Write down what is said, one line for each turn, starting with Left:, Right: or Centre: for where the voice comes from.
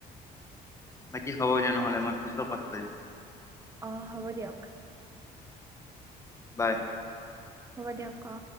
Left: বাকি হ'ব দিয়া নহ'লে মই পিছত কথা পাতিম।
Right: অহ, হ'ব দিয়ক।
Left: বাই
Right: অ হ'ব দিয়ক অ